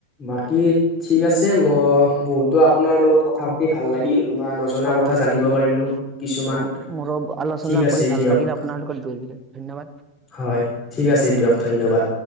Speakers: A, on the left; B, on the right.
A: বাকী ঠিক আছে। মই, বহুতো আপোনাৰ লগত কথা পাতি ভাল লাগিল। বা নজনা
B: হয়-হয়,
A: কথা জানিব
B: উ,
A: পাৰিলো কিছুমান
B: মোৰো আলোচনা
A: ঠিক আছে
B: কৰি
A: দিয়ক
B: ভাল লাগিল, আপোনালোকৰ <unintelligible> ধন্যবাদ।
A: হয়, ঠিক আছে দিয়ক ধন্যবাদ।